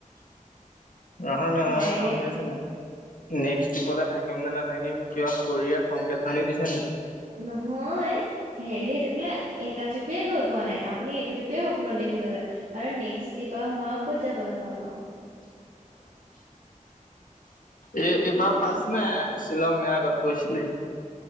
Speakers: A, on the left; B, on the right.
A: নহয় নহয়
B: ডাইৰেক্ট
A: আপুনিচোন নেক্সট ট্ৰিপলে থাকিম নে নাথাকিম কিয় শৰীৰে সংকেত ধ্বনি দিছে নেকি?
B: নহয় হেৰিটো বোলে এটা ট্ৰিপে গৈ পোৱা নাই আপুনি এইটো ট্ৰিপে সপোনত দেখি ললে। আৰু নেক্সট ট্ৰিপ আৰু মই আৰু ক'ত যাবলৈ পাম আৰু। সেইটোকে
A: এ এইবাৰ
B: কৈছো
A: ফাৰ্ষ্ট নে শ্বিলং নে আগত গৈছিলে?